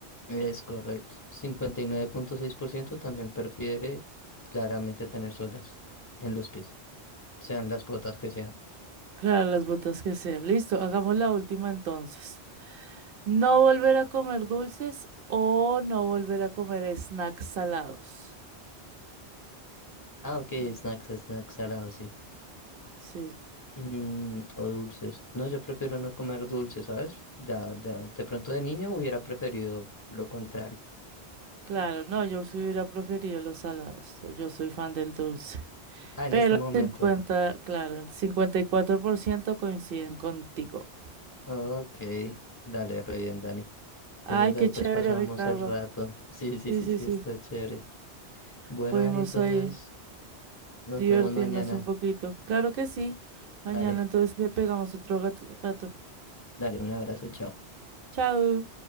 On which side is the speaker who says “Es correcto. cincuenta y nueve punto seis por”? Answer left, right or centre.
Left